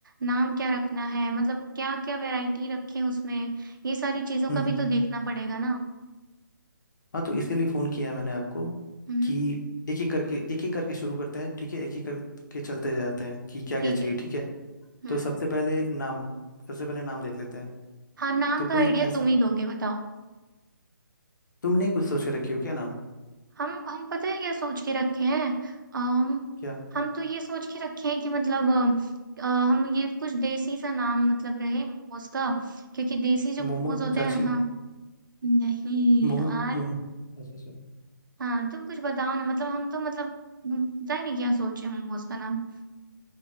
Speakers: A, on the right; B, on the left.
A: नाम क्या रखना है मतलब क्या क्या वैरायटी रखें उसमें ये सारी चीजों
B: हम्म
A: का भी
B: हम्म।
A: तो
B: हम्म।
A: देखना पड़ेगा ना
B: हाँ तो इसीलिए फ़ोन किया है मैंने आपको
A: हम्म
B: कि एक एक करके एक एक करके शुरू करते हैं ठीक है एक ही करके चलते जाते हैं कि क्या
A: ठीक
B: क्या चाहिए
A: है
B: ठीक है
A: हम्म
B: तो सबसे पहले नाम सबसे पहले नाम देख लेते हैं
A: हाँ नाम
B: तो
A: का
B: कोई
A: आइडिया
B: ऐसा
A: तुम ही दोगे बताओ
B: तुमने कुछ सोच के रखी हो क्या नाम
A: हम हम पता है क्या सोच के रखे हैं अम,
B: क्या
A: हम तो ये सोच के रखे हैं कि मतलब अ, अ, हम ये कुछ देसी सा नाम मतलब रहे मोमोज का क्योंकि देसी जो मोमोज
B: मोमो
A: होते
B: चाची
A: हैं हाँ नहीं
B: मोमो
A: यार
B: मोमो अच्छा अच्छा
A: हाँ तुम कुछ बताओ ना मतलब हम तो मतलब हम्म, पता ही नहीं क्या सोचे मोमोज का नाम